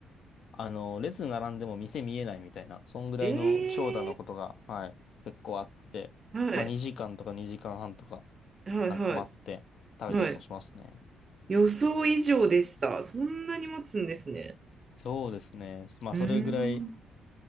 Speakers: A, on the left; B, on the right.
A: あの、列並んでも店見えないみたいな、そんぐらいの長蛇のことが、
B: え
A: はい、結構あって、
B: ー、はい、
A: まあ2時間とか2時間半とか、
B: はい、
A: なんか待って食べたりもしますね。
B: はい、はい。予想以上でした。そんなに待つんですね。
A: そうですね。まあそれぐらい、
B: うーん、